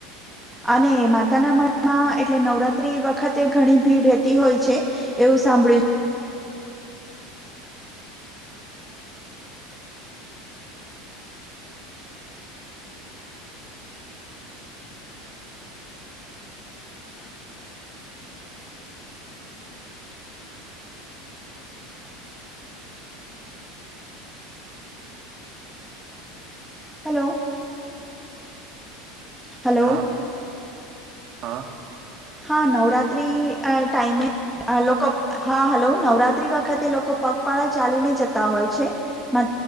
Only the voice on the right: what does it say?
વાત. હા હા.